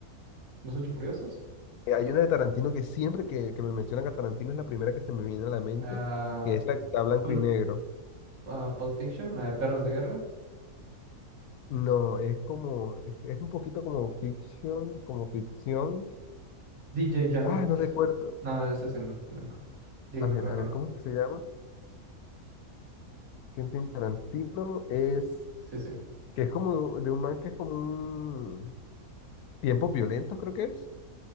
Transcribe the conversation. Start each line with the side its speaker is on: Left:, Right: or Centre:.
Right: Los Ocho Furiosos.
Left: Eh, Hay una de Tarantino que siempre que, que me mencionan a Tarantino es la primera que se me viene a la mente,
Right: Ah,
Left: que es la que está blanco
Right: Pulp
Left: y negro.
Right: ah, Pulp Fiction, eh, Perros de Guerra,
Left: No, es como, es es un poquito como fiction, como ficción.
Right: DJ Django.
Left: Ah, no
Right: quizá.
Left: recuerdo.
Right: No, ese es en blanco. Digo,
Left: A ver,
Right: en a
Left: a
Right: color.
Left: ver, ¿cómo es que se llama? Quentin Tarantino es,
Right: Sí, sí.
Left: que es como de un man que es como un tiempos violentos, creo que es,